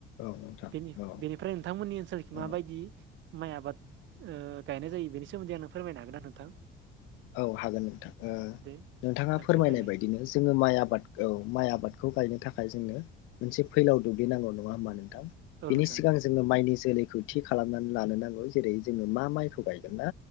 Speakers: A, on the left; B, on the right.
A: नोंथां
B: बेनि-बेनिफ्राय
A: औ
B: नोंथांमोननि ओनसोलखै माबायदि
A: औ
B: माइ आबाद ओ गायनाय जायो बेनि सोमोन्दै आंनो फोरमायनो हागोन आरो नोंथां?
A: औ हागोन नोंथां ओ।
B: दे
A: नोंथाङा
B: नोंथां
A: फोरमायनाय
B: फोरमायलाय
A: बायदिनो जोङो माइ आबाद औ माइ आबादखौ गायनो थाखाय थाखाय जोंनो मोनसे फैलाव दुब्लि नांगौ नङा होमबा नोंथां।
B: औ
A: बिनि
B: नोंथां
A: सिगां जोङो माइनि जोलैखौ थि खालामनानै लानो नांगौ जेरै जोङो मा माइखौ गायगोन ना